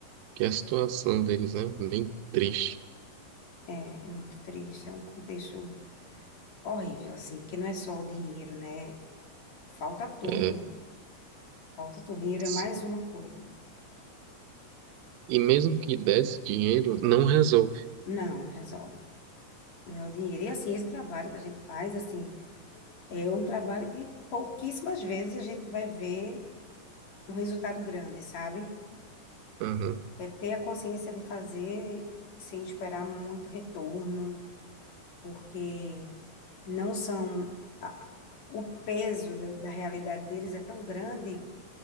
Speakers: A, on the right; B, on the left.
A: que é a situação deles, né? Bem triste.
B: É, é muito triste, é um contexto horrível, assim, porque não é só o dinheiro, né? Falta tudo.
A: É.
B: Falta tudo. Dinheiro é
A: sim.
B: mais uma coisa.
A: E mesmo que desse dinheiro, não resolve.
B: Não, não resolve. Não é o dinheiro. E assim, esse trabalho que a gente faz, assim, é um trabalho que pouquíssimas vezes a gente vai ver um resultado grande, sabe?
A: Aham.
B: É ter a consciência de fazer sem esperar muito retorno, porque não são. a- o peso da, da realidade deles é tão grande